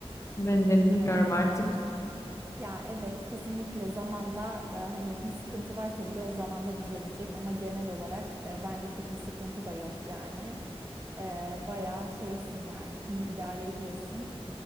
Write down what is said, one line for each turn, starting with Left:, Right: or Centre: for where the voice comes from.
Left: Benzeri bilmiyorum
Right: Evet.
Left: artık.
Right: Ya evet kesinlikle zamanla e, hani bir sıkıntı varsa bile o zamanla düzelecek ama genel olarak e, bence çok bir sıkıntı da yok yani. E, bayağı şeysin yani iyi idare ediyorsun.